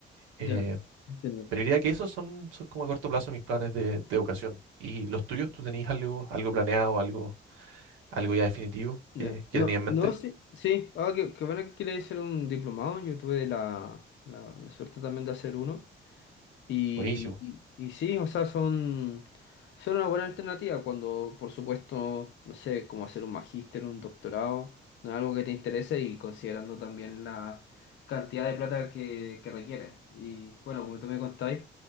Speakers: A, on the right (about 80°); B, on the left (about 70°).
A: Eh,
B: Ya. entiendo.
A: pero diría que esos son, son como a corto plazo mis planes de, de educación. ¿Y los tuyos? ¿Tú tenías algo, algo planeado, algo, algo ya definitivo
B: Ya.
A: que, que
B: No,
A: tenías en mente?
B: no, sí, sí. Ah, qué, qué bueno que quería hacer un diplomado. Yo tuve la, la, la suerte también de hacer uno. Y,
A: Buenísimo,
B: y, y sí, o sea, son, son una buena alternativa cuando, por supuesto, no sé, como hacer un magíster, un doctorado, no es algo que te interese y considerando también la cantidad de plata que, que requiere. Y bueno, como tú me contáis,